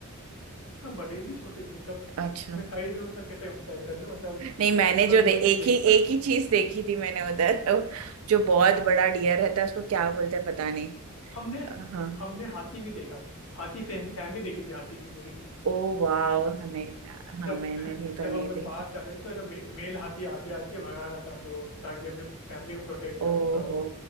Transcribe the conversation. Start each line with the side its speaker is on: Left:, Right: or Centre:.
Left: हाँ बड़े भी छोटे भी मतलब
Right: अच्छा
Left: मैं साइज में मतलब कैसे कंपेयर कर लूँ मतलब
Right: नहीं मैंने
Left: थोड़ा
Right: जो दे
Left: दूर से ही
Right: एक
Left: देखा
Right: ही
Left: था
Right: एक ही चीज देखी थी मैंने उधर जो बहुत बड़ा डियर रहता है उसको क्या बोलते हैं पता नहीं
Left: हमने
Right: हाँ
Left: हमने हाथी भी देखा था हाथी फैमिली फैमिली देखी थी हाथी की पूरी
Right: ओ वाह हमें हाँ
Left: जब
Right: मैंने भी तो
Left: जब
Right: नहीं
Left: हम लोग
Right: देखी
Left: पास जा रहे थे तो ना मे, मेल हाथी आगे आके भगा रहा था हम लोग ताकि अपने फैमिली को प्रोटेक्ट कर
Right: ओ
Left: रहा था वो
Right: हो